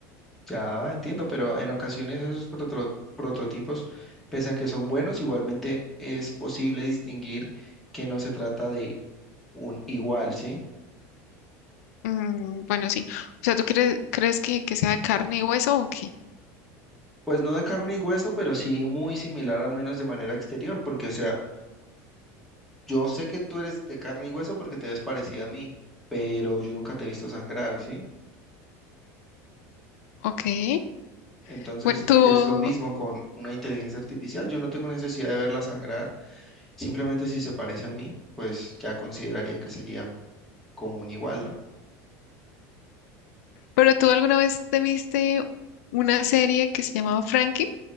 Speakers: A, in the centre; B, on the left.
A: ya entiendo, pero en ocasiones esos proto- prototipos, pese a que son buenos, igualmente es posible distinguir que no se trata de un igual, ¿sí?
B: Mm, bueno, sí. O sea, ¿tú crees, crees que, que sea de carne y hueso o qué?
A: Pues no de carne y hueso, pero sí muy similar, al menos de manera exterior, porque, o sea, Yo sé que tú eres de carne y hueso porque te ves parecida a mí, pero yo nunca te he visto sangrar, ¿sí?
B: Ok.
A: Entonces
B: Bueno, tú,
A: es lo mismo con una inteligencia artificial. Yo no tengo necesidad de verla sangrar. Simplemente si se parece a mí, pues ya consideraría que sería común igual, ¿no?
B: pero tú alguna vez te viste una serie que se llamaba Frankie?